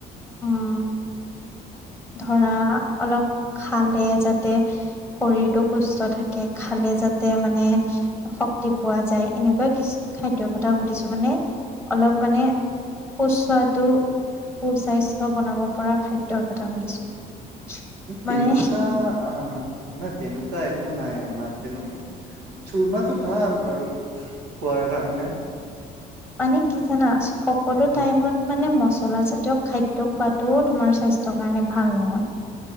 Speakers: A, in the centre; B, on the right.
A: উম'। ধৰা অলপ খালে যাতে শৰীৰটো সুস্থ থাকে খালে যাতে মানে শক্তি পোৱা যায়, এনেকুৱা কিছু খাদ্যৰ কথা সুধিছো মানে অলপ মানে সুস্বাদু, সুস্বাস্থ্য বনাব পৰা খাদ্যৰ কথা। <unintelligible>
B: তেনেকুৱা
A: মানে
B: অ' নাই, তেনেকুৱা একো নাই আমাৰ তেনেকুৱা চুৰমাটো ভাল বাৰু খোৱাৰ কাৰণে
A: মানে কি জানা সকলো
B: অ'
A: টাইমত মানে মচলা। জলাজাতীয় খাদ্য খোৱাতটোও তোমাৰ স্বাস্থ্যৰ কাৰণে ভাল নহয়।